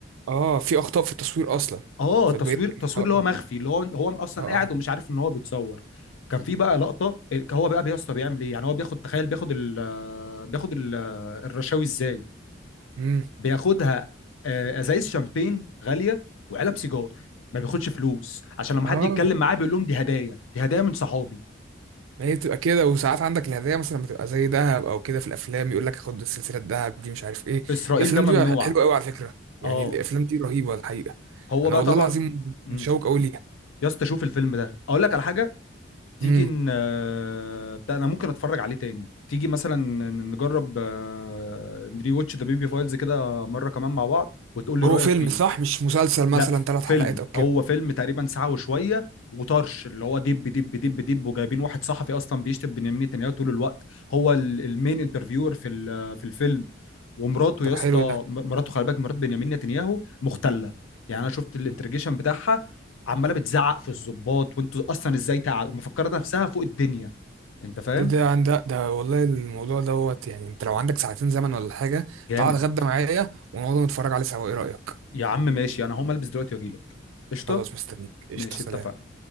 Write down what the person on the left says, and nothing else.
اه
تصوير
تصوير
اللي
هو مخفي اللي هو هو اصلا
قاعد
ومش عارف ان هو بيتصور كان في بقى لقطه هو بقى يا اسطى بيعمل ايه يعني هو بياخد تخيل بياخد ال آه، بياخد ال- آه، الرشاوي ازاي
بياخدها آه، ازايز شامبين غاليه وعلب سيجار ما بياخدش فلوس عشان لما
حد يتكلم
معاه بيقول لهم دي هدايا دي هدايا من صحابي
في اسرائيل
ده ممنوع
اه
هو
بقى
طبعا
امم
يا اسطى شوف الفيلم ده اقول لك على حاجه تيجي
ن... آه، بتاع انا ممكن اتفرج عليه تاني تيجي مثلا نجرب آه، نري واتش ذا بيبي فايلز كده مره كمان مع بعض وتقول لي
رايك
فيه
لا
فيلم
هو فيلم تقريبا ساعة وشوية وطرش اللي هو دب دب دب دب وجايبين واحد صحفي اصلا بيشتم بنيامين نتنياهو طول الوقت هو ال- المين انترفيور في ال- في الفيلم ومراته
يا اسطى
م- مراته خلي بالك مرات بنيامين نتنياهو مختلة يعني انا شفت الانترجيشن بتاعها عمالة بتزعق في الضباط وانتوا اصلا ازاي تع... مفكرة نفسها فوق الدنيا انت فاهم
جامد
يا عم ماشي انا هقوم البس دلوقتي واجيلك قشطة
ماشي
اتفقنا